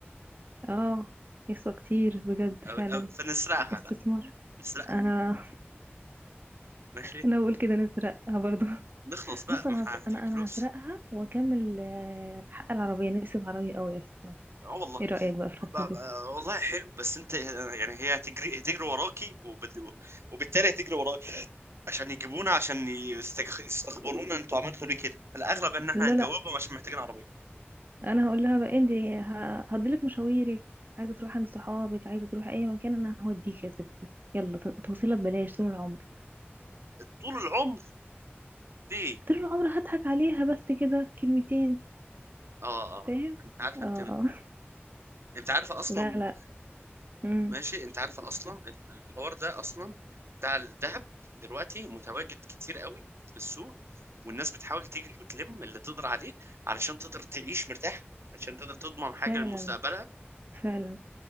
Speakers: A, on the right (about 50°); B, on the right (about 75°).
A: اه يسوى كتير بجد
B: أو...
A: فعلا
B: أو... فنسرقها
A: استثمار
B: بقى نسرقها
A: انا
B: ماشي
A: انا بقول كده نسرقها برضو <laughs>
B: نخلص بقى
A: بص انا
B: ما احنا
A: هس-
B: محتاجين
A: انا
B: فلوس
A: انا هسرقها واكمل آه، حق العربيه نفسي في عربيه قوي اصلا
B: اه والله
A: ايه رايك بقى في الخطوه
B: ب- ب-
A: دي
B: والله حلو بس انت يعني هي هتجري هتجري وراكي وبت- وبالتالي هتجري وراكي عشان يجيبونا عشان يستخ- يستخبرونا انتوا عملتوا ليه كده فالاغلب ان احنا
A: لا
B: هنجاوبهم
A: لا
B: عشان محتاجين عربيه
A: انا هقول لها بقى انت ه- هديلك مشاويرك عايزه تروحي عند صحابك عايزه تروحي اي مكان انا هوديك يا ستي يلا ت- توصيلها ببلاش طول العمر
B: طول العمر ليه
A: طول العمر هضحك عليها بس كده كلمتين
B: اه اه
A: فاهم
B: انت عارف
A: اه
B: انت
A: آه. <laughs>
B: انت عارفه اصلا
A: لا لا امم
B: ماشي انت عارفه اصلا الحوار ده اصلا بتاع الذهب دلوقتي متواجد كتير قوي في السوق والناس بتحاول تجري وتلم اللي تقدر عليه علشان تقدر تعيش مرتاح عشان تقدر تضمن حاجه
A: فعلا
B: لمستقبلها
A: فعلا